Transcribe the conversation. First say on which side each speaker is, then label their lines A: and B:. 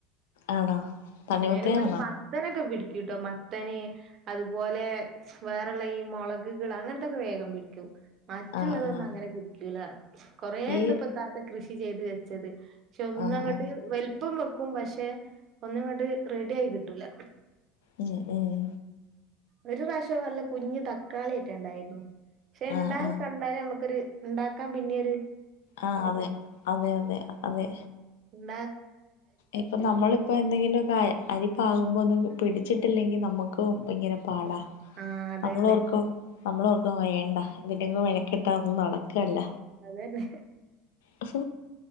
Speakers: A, on the left; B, on the right.
A: ആണോ തണ്ണിമത്തനാണോ
B: ഉ അന് വേണ്ടി മത്തനൊക്കെ പിടിക്കൂട്ടോ മത്തനെ അതുപോലെ വേറെള്ള ഈ മൊളക് കള് അങ്ങനത്തൊക്കെ വേഗം പിടിക്കും. മറ്റുള്ളതൊന്നും
A: ആ ആ
B: അങ്ങനെ പിരിക്കൂല കൊറേണ്ട്
A: ഈ
B: ഇപ്പ കാക്ക കൃഷി ചെയ്ത് വെച്ചത്. പക്ഷെ ഒന്നങ്ങോട്ട്
A: ആ ആ
B: വലുപ്പം വെക്കും പക്ഷെ ഒന്നും ഇങ്ങോട്ട് റെഡി ആയി കിട്ടൂല
A: ഉം ഉം
B: ഒരു പ്രാവശം നല്ല കുഞ്ഞ് തക്കാളി ഒക്കെ ഉണ്ടായിരുന്നു പക്ഷെ ഇണ്ടാക്ക
A: ആ ആ
B: കണ്ടാലേ നമുക്കൊരു ഇണ്ടാക്കാം പിന്നെരു
A: ആഹ അതെ അതെ അതെ അതെ
B: മ
A: ഇപ്പൊ നമ്മളിപ്പോ എന്തെങ്കിലും കായ അരിപ്പാകുമ്പോ ഒന്നും പിടിച്ചിട്ടില്ലെങ്കിൽ നമുക്ക് ഭങ്ങനെ പാടാ
B: ആ അതന്നെ
A: നമ്മളോർക്കും നമ്മളോർക്കും വയേണ്ട ഇതിലെലും വനക്കിട്ടാ ഒന്നും നടളക്കല്ല
B: അതെ അതെ
A: ആ